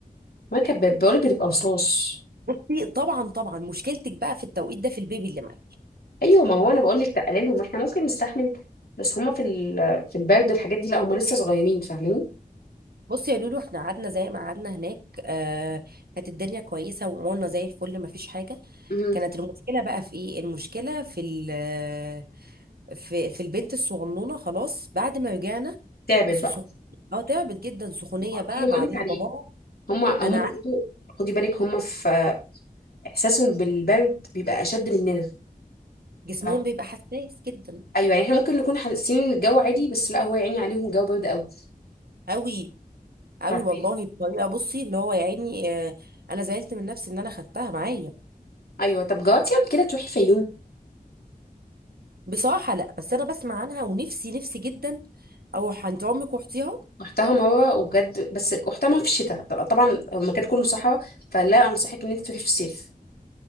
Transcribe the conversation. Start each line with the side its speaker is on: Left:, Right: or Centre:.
Left: ما كانت ب- بقولك بتبقى رصاص
Right: بصي طبعا طبعا مشكلتك بقى في التوقيت ده في البيبي اللي معاك
Left: ايوه ما هو انا بقولك تقللهم ما احنا ممكن نستحمل بس هما في ال- في البرد والحاجات دي لا هما لسه صغيرين فاهماني
Right: بصي يا لولو احنا قعدنا زي ما قعدنا هناك آه كانت الدنيا كويسه وامورنا زي الفل ما فيش حاجه
Left: امم
Right: كانت المشكله بقى في ايه المشكله في ال- في في البنت الصغنونه خلاص بعد ما رجعنا
Left: تعبت
Right: بصي
Left: بقى
Right: سخ... اه تعبت جدا سخونيه
Left: ما هو ده
Right: بقى
Left: اللي بقولك
Right: بعدها
Left: عليه
Right: بابا
Left: هما هما
Right: انا
Left: برضه
Right: عارفه
Left: خدي بالك هما في احساسهم بالبرد بيبقى اشد مننا
Right: جسمهم
Left: فاهمة؟
Right: بيبقى حساس جدا
Left: ايوه يعني احنا ممكن نكون حاسين ان الجو عادي بس لا هو يا عيني عليهم الجو برد قوي
Right: قوي قوي
Left: فاهماني
Right: والله بطريقه بصي اللي هو يعني آه، انا زعلت من نفسي ان انا خدتها معايا
Left: ايوه طب جربتي قبل كده تروحي الفيوم
Right: بصراحه لا بس انا بسمع عنها ونفسي نفسي جدا اروح عند عمك واختيها
Left: رحتها مرة وبجد بس رحتها مرة في الشتاء طبعا المكان كله صحراء فلا أنصحك إن أنت تروحي في الصيف